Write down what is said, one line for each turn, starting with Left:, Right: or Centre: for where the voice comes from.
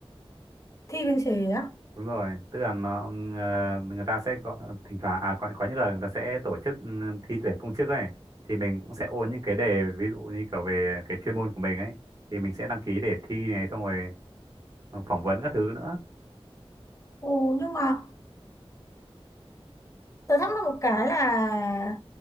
Left: thi biên chế á
Right: đúng rồi tức là nó ừ, ờ, người ta sẽ có thỉnh thoảng à có, có những lần người ta sẽ tổ chức ừ, thi tuyển công chức ấy thì mình cũng sẽ ôn những cái đề ví dụ như kiểu về cái chuyên môn của mình ấy thì mình sẽ đăng ký để thi này xong rồi phỏng vấn các thứ nữa
Left: ừ nhưng mà tớ thắc mắc một cái là